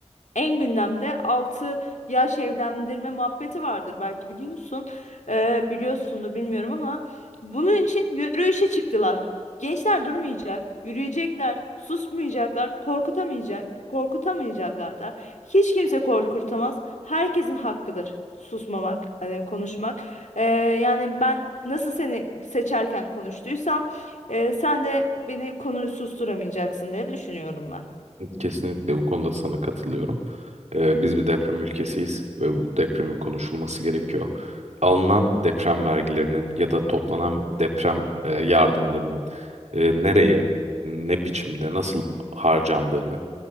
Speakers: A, on the left; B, on the right.
A: en gündemde 6 yaş evlendirme muhabbeti vardır belki biliyorsun. Ee, biliyorsundur bilmiyorum ama bunun için yürüyüşe çıktılar. Gençler durmayacak, yürüyecekler, susmayacaklar, korkutamayacak, korkutamayacaklar da. Hiç kimse korkutamaz. Herkesin hakkıdır susmamak, hani konuşmak. Ee, yani ben nasıl seni seçerken konuştuysam, e, sen de beni konu susturamayacaksın diye düşünüyorum ben.
B: Kesinlikle bu konuda sana katılıyorum. Ee, biz bir deprem ülkesiyiz ve bu depremin konuşulması gerekiyor. Alınan deprem vergilerinin ya da toplanan deprem e, yardımlarının e, nereye, ne biçimde, nasıl harcandığını